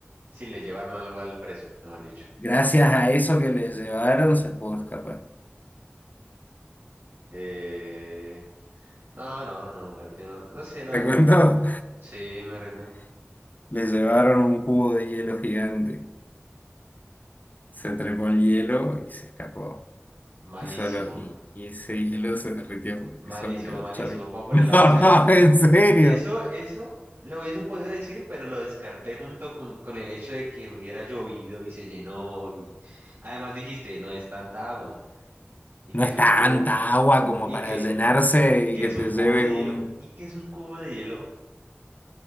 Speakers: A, on the right; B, on the left.
A: sí, le llevaron algo al preso, mejor dicho.
B: Gracias a eso que les llevaron, se pudo escapar.
A: Eh, no, no, no, muerte, no, no sé, la
B: ¿Te
A: verdad.
B: cuento?
A: Sí, me rindo.
B: <laughs> Les llevaron un cubo de hielo gigante. Se trepó el hielo y se escapó.
A: Malísimo,
B: Y solo, y, y ese hielo se derritió
A: malísimo,
B: y solo quedó
A: malísimo.
B: el charco.
A: Va
B: <laughs>
A: por
B: No,
A: el lado, o sea,
B: en serio.
A: eso, eso lo hubiese podido decir, pero lo descarté junto con, con el hecho de que hubiera llovido y se llenó y además dijiste, no es tanta agua y que
B: No es
A: es un
B: tanta
A: cubo
B: agua como
A: y
B: para
A: que,
B: llenarse
A: y que
B: y que
A: es
B: te
A: un cubo
B: lleve
A: de
B: un...
A: hielo y que es un cubo de hielo